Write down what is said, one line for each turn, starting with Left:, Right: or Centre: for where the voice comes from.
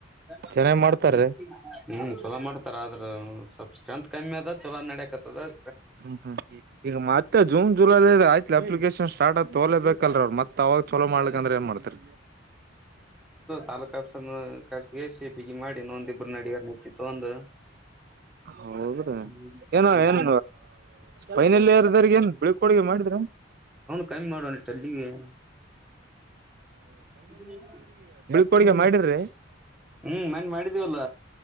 Centre: <unintelligible>
Right: ಚೆನ್ನಾಗ್ ಮಾಡ್ತಾರೀ
Centre: ಹ್ಮ್ ಚಲೋ ಮಾಡ್ತಾರ ಆದ್ರ ಸ್ವಲ್ಪ ಸ್ಟ್ರೆಂತ್ ಕಮ್ಮಿ ಅದ ಚಲೋ ನಡಕ್ತ್ದ.
Right: ಹ್ಮ್ ಹ್ಮ್ ಈಗ ಮತ್ತೆ ಜೂನ್ ಜುಲೈಲಿ ಆಯ್ತ್ಲಿ ಅಪ್ಲಿಕೇಶನ್ ಸ್ಟಾರ್ಟ್ ಆಗ್ ತೋಲೆ ಬೇಕಲ್ರ ಅವ್ ಮತ್ ಅವಾಗ ಚಛಲೋ ಮಾಡ್ಲಿಕ್ ಅ್ರ ಏನ್ ಮಾಡ್ತರಿ
Centre: ತಾಾಲೂಕ್ ಹಸರ್ ಕರ್ಸಿ ಕಸಿ ಬಿಗಿ ಮಾಡಿ ನೊಂದಿಬರು ನಡಗಾರ ನಿತಿಿತ್ತು ಒಂದು.
Right: ಹೌದ್ರಿ
Centre: ಹ್ಮ ತರ್ಕ
Right: ಏನ ಏನ್
Centre: ಸ್
Right: ಫೈನಲ್ ಇಯರ್ದವ್ರಗ ಏನ್ ಬೀಳ್ಕೊಡುಗೆ ಮಾಡಿದ್ರ
Centre: ಕಿ ಮಾಡಲ್ಲಿಲ. <unintelligible>
Right: ಡುಗ ಮಾಡಿದ್ರಿ.
Centre: ಹ್ಮ್ ಮನ್ ಮಾಡಿದೀವಲ್ಲ.